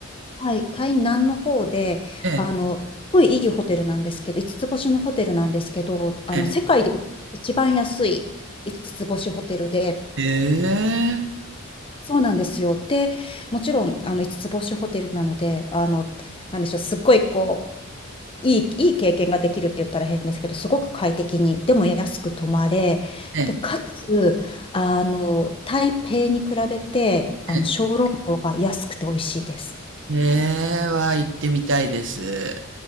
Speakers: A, on the left; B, on the right.
A: はい、台南の方で、
B: ええ、
A: あの、すごいいいホテルなんですけど、五つつ星のホテルなんですけど、あの、
B: ええ、
A: 世界で一番安い五つつ星ホテルで、
B: ええ、
A: そうなんですよ。で、もちろん、あの、5つつ星ホテルなので、あの、なんでしょう、すっごいこう、いい、いい経験ができるって言ったら変ですけど、すごく快適に、でも安く泊まれ、
B: ええ、
A: で、かつ、あの、台北に比べて、
B: え
A: あの、小籠包が安くて美味しいです。
B: え、ええは行ってみたいです。